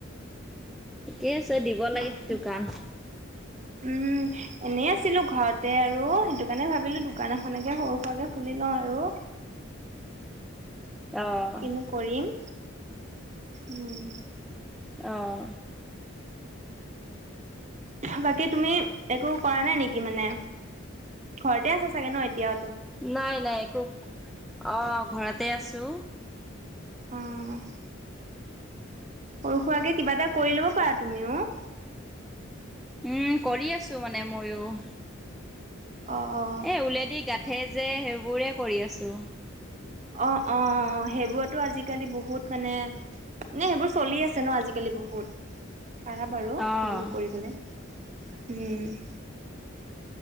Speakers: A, in the centre; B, on the right (about 35°).
A: ঠিকে আছে, দিব লাগে
B: আকৌ
A: দোকান।
B: উম। এনেই আছিলো, ঘৰতে আৰু সেইটো কাৰণে ভাবিলো দোকান এখনকে সৰু-সুৰাকে খুলি লওঁ আৰু।
A: অ'।
B: কিনো কৰিম, উম।
A: অ'।
B: বাকী তুমি একো কৰা নাই নেকি মানে, ঘৰতে আছা চাগে ন এতিয়া?
A: নাই নাই একো, অ' ঘৰতে আছো।
B: অহ'। সৰু-সুৰাকে কিবা এটা কৰি ল'ব পাৰা তুমিও।
A: উম কৰি আছো মানে, মইয়ো।
B: অহ''।
A: এ উলেদি গাঠে যে, সেইবোৰে কৰি আছো।
B: অঁ অঁ সেইবোৰটো আজিকালি বহুত মানে নে সেইবোৰ চলি আছে ন আজিকালি বহুত। পাৰা বাৰু,
A: অ'।
B: সেইবিলাক কৰিবলে, উম।